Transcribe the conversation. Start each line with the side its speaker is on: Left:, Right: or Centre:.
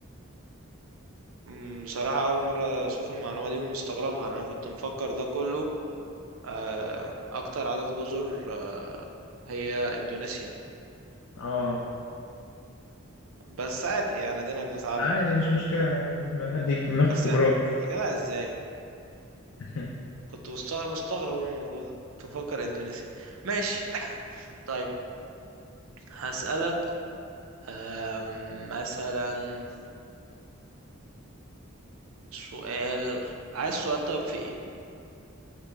Right: مم، بصراحة أول مرة أشوف المعلومة دي ومستغربها لأن أنا كنت مفكر ده كله آه، أكتر عدد جزر آه، هي إندونيسيا
Left: اه
Right: بس عادي يعني دينا بنتعلم
Left: عادي مش مشكلة يعني هديك ناخد
Right: بس
Left: خبرات
Right: يا جدع إزاي
Left: <laughs>
Right: كنت مستغرب مستغرب وأنا الموضوع ده كنت مفكر إندونيسيا ماشي <laughs> طيب هسألك آم، مثلا سؤال عايز سؤال طيب في ايه